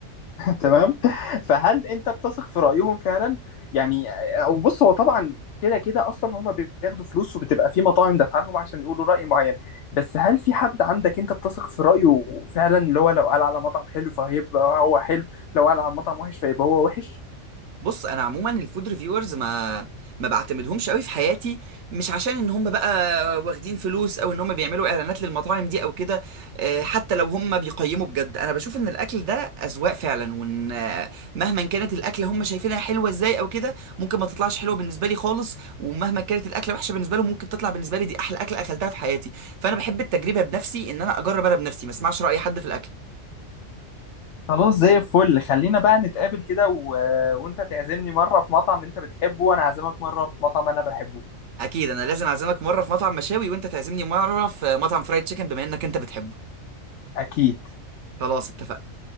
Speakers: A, on the left; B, on the right.
A: تمام فهل انت بتثق في رايهم فعلا يعني أو بص هو طبعا كده كده اصلا هما بياخدوا فلوس وبتبقى في مطاعم دافعه لهم عشان يقولوا راي معين بس هل في حد عندك انت بتثق في رايه فعلا اللي هو لو قال على مطعم حلو فهيبقى هو حلو لو قال على مطعم وحش فيبقى هو وحش
B: بص انا عموما الفود ريفيورز ما ما بعتمدهمش قوي في حياتي مش عشان ان هم بقى واخدين فلوس او ان هم بيعملوا اعلانات للمطاعم دي او كده آه، حتى لو هم بيقيموا بجد انا بشوف ان الاكل ده اذواق فعلا وان آه، مهما كانت الاكله هم شايفينها حلوه ازاي او كده ممكن ما تطلعش حلوه بالنسبه لي خالص ومهما كانت الاكله وحشه بالنسبه لهم ممكن تطلع بالنسبه لي دي احلى اكله اكلتها في حياتي فانا بحب التجربه بنفسي ان انا اجرب انا بنفسي ما اسمعش راي حد في الاكل
A: خلاص زي الفل خلينا بقى نتقابل كده و... وانت تعزمني مره في مطعم انت بتحبه وانا اعزمك مره في مطعم انا بحبه
B: اكيد انا لازم اعزمك مره في مطعم مشاوي وانت تعزمني مره في مطعم فرايد تشيكن بما انك انت بتحبه
A: اكيد
B: خلاص اتفقنا